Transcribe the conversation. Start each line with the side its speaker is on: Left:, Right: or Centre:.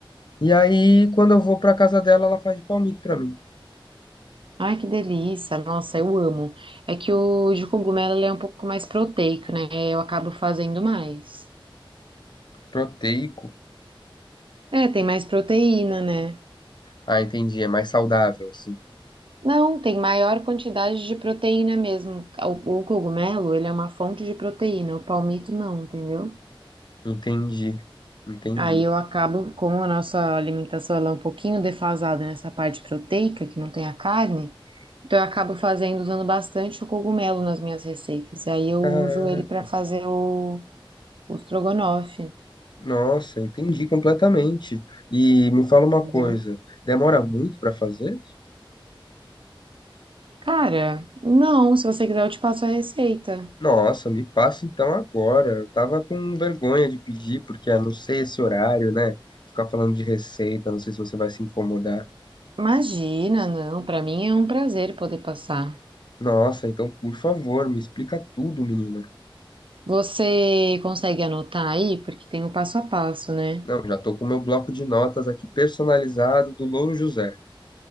Left: E aí, quando eu vou pra casa dela, ela faz de palmito pra mim.
Right: Ai, que delícia. Nossa, eu amo. É que o de cogumelo ele é um pouco mais proteico, né? Eu acabo fazendo mais.
Left: Proteico.
Right: É, tem mais proteína, né?
Left: Ah, entendi. É mais saudável, assim.
Right: Não, tem maior quantidade de proteína mesmo. O, o cogumelo, ele é uma fonte de proteína, o palmito não, entendeu?
Left: Entendi. Entendi.
Right: Aí eu acabo, como a nossa alimentação ela é um pouquinho defasada nessa parte proteica, que não tem a carne, Então eu acabo fazendo, usando bastante o cogumelo nas minhas receitas. E aí eu
Left: Caraca.
Right: uso ele para fazer o, o estrogonofe,
Left: Nossa, entendi completamente. E me fala uma
Right: entendeu?
Left: coisa, demora muito pra fazer?
Right: Cara, não, se você quiser eu te passo a receita.
Left: Nossa, me passa então agora. Eu tava com vergonha de pedir, porque a não sei esse horário, né? Ficar falando de receita, não sei se você vai se incomodar.
Right: Imagina, não, Para mim é um prazer poder passar.
Left: Nossa, então por favor, me explica tudo, menina.
Right: Você consegue anotar aí? Porque tem o passo a passo, né?
Left: Não, já tô com meu bloco de notas aqui personalizado do Louro José.